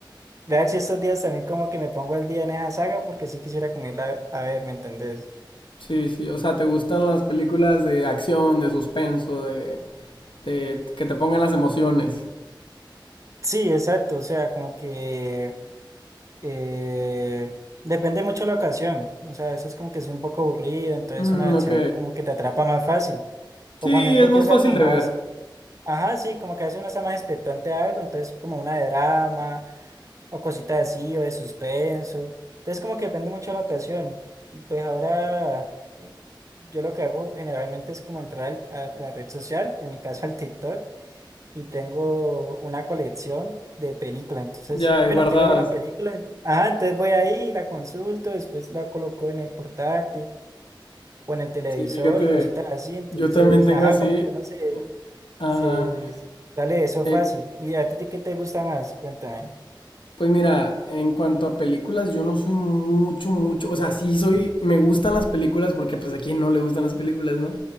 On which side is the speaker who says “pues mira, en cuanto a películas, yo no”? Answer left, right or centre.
Left